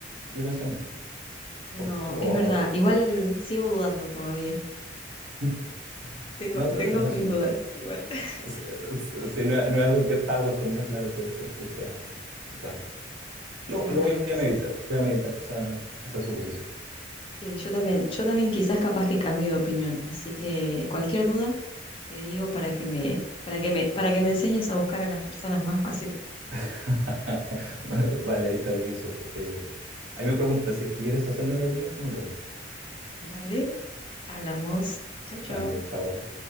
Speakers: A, on the right; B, on the left.
A: mi pensamiento.
B: No,
A: O- o-
B: es verdad,
A: o-
B: igual sigo dudando todavía.
A: <laughs>
B: Tengo,
A: no, pero
B: tengo
A: claro,
B: mis
A: sí.
B: dudas, igual. <laughs>
A: Si, si no, es no es algo que estaba acostumbrado, claro, puede ser que sea raro.
B: Que
A: Lo,
B: sea
A: lo
B: raro,
A: voy a
B: sí,
A: meditar,
B: sí.
A: voy a meditar esa, esa suposición.
B: Sí, yo también, yo también quizás capaz que cambie de opinión, así que cualquier duda te digo para que me, para que me, para que me enseñes a buscar a las personas más fáciles.
A: <laughs> Vale, ahí te aviso. Eh, ahí me preguntas, si es que quieres hacerlo en algún momento, me preguntas.
B: Dale, hablamos. Chau,
A: Vale,
B: chau.
A: chao.